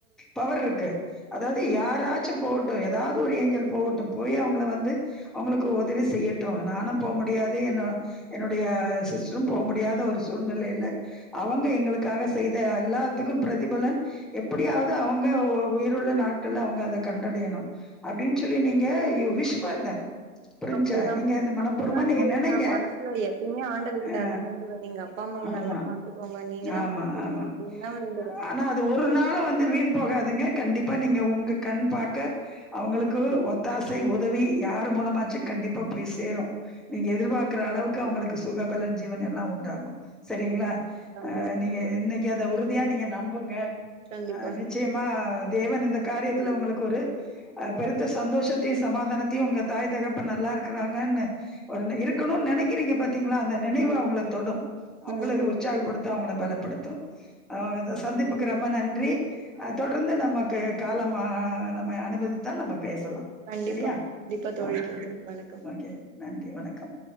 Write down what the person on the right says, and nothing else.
ம்
ம்
அப்டிதா
அப்டிதா
தோழி
நா மனசுல எப்பயுமே ஆண்டவர்கிட்ட
அதா வேண்டுவே எங்க அப்பா அம்மாவ
நல்லா பாத்துக்கோங்க நீங்க தா
பாத்துக்கணு
அப்டின்னு தா வேண்டுவே
ம்
கண்டிப்பா சந்தோஷோ
தோழி
கண்டிப்பா
கண்டிப்பா
ஆமா
ம்
சந்தோஷம்
ஆ
கண்டிப்பா
கண்டிப்பா தோழி
நன்றி வணக்கம்